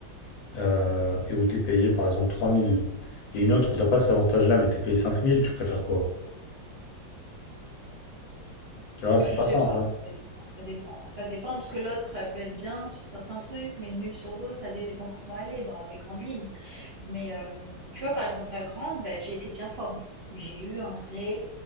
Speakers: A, on the left; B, on the right.
A: euh, et où t'es payé par exemple 3000 et une autre où t'as pas cet avantage-là mais t'es payé 5000, tu préfères quoi? Tu vois, c'est
B: Je
A: pas
B: sais
A: simple,
B: pas,
A: hein.
B: ça dépend, ça dépend. Ça dépend parce que l'autre, elle peut être bien sur certains trucs, mais nulle sur d'autres. Ça dépend comment elle est dans les grandes lignes. Mais euh, tu vois, par exemple, la grande, ben, j'ai été bien formée. J'ai eu un vrai